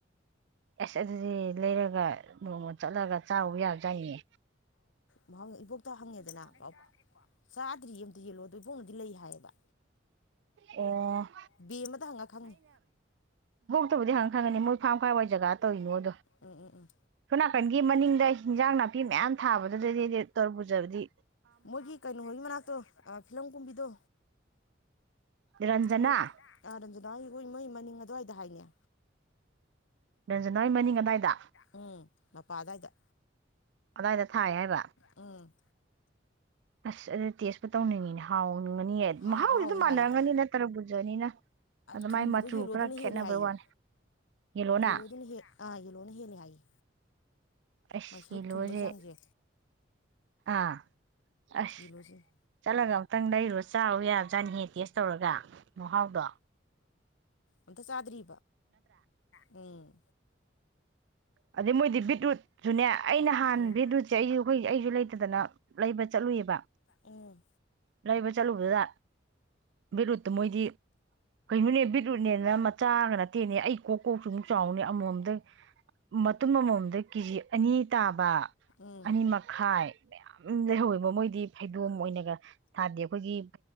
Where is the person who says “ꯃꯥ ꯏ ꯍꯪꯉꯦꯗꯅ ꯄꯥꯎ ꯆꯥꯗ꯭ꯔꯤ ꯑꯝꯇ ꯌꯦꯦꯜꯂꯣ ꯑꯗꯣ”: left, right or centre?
Left